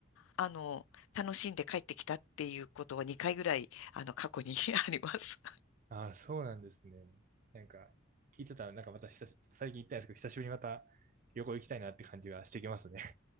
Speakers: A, on the left; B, on the right.
A: あの、楽しんで帰ってきたっていうことは2回ぐらい、あの、過去に <laughs> あります。
B: ああ、そうなんですね。なんか、聞いてたら、なんかまた久し、最近行ったんですけど、久しぶりにまた旅行行きたいなって感じがしてきますね。